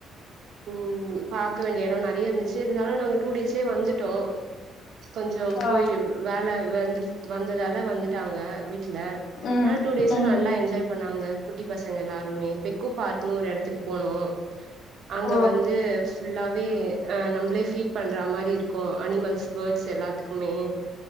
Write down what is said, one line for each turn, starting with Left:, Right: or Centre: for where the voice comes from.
Right: ம் பாக்க வேண்டிய எடொ நறையருந்துச்சு இருந்தாலும் நாங்க டூ டேஸ்லயே வந்துட்டோ கொஞ்சம்
Left: ஓ
Right: போய் வேல வந்து வந்ததால வந்துட்டாங்க வீட்ல
Left: ம்
Right: அனா டூ டேஸும்
Left: ம்
Right: நல்லா என்ஜாய் பண்ணாங்க குட்டி பசங்க எல்லாருமே பெக்கு பார்க்னு ஒரு எடத்துக்கு போனோம் அங்க
Left: ஓ
Right: வந்து ஃபுல்லாவே அ நம்ளே ஃபீட் பண்ற மாரி இருக்கு அனிமல்ஸ் பர்ட்ஸ் எல்லாத்க்குமே